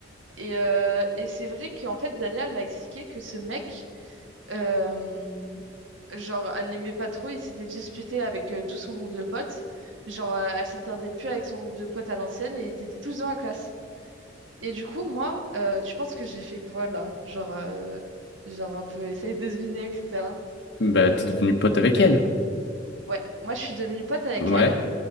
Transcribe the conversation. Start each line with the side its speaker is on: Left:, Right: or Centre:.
Right: Et, euh, et c'est vrai qu'en fait, Dalia, elle m'a expliqué que ce mec, euh, genre, elle l'aimait pas trop, il s'était disputé avec euh, tout son groupe de potes. Genre, euh, elle s'entendait plus avec son groupe de potes à l'ancienne et ils étaient tous dans la classe. Et du coup, moi, euh, tu penses que j'ai fait quoi là? Genre, euh, genre un peu essayer de deviner, etc.
Left: Bah t'es devenu pote avec elle.
Right: Ouais, moi, je suis devenue pote avec
Left: Ouais.
Right: elle.